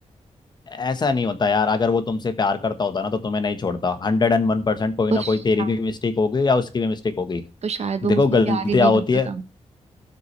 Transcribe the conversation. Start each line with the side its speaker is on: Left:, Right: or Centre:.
Left: ऐसा नहीं होता यार अगर वो तुमसे प्यार करता होता ना तो तुम्हें नहीं छोड़ता हंड्रेड एंड वन परसेंट कोई
Right: तो
Left: ना
Right: शायद
Left: कोई तेरी भी मिस्टेक होगी या उसकी भी मिस्टेक होगी
Right: तो शायद वो
Left: देखो
Right: मुझसे
Left: गलतियां
Right: प्यार ही नहीं
Left: होती
Right: करता
Left: है
Right: था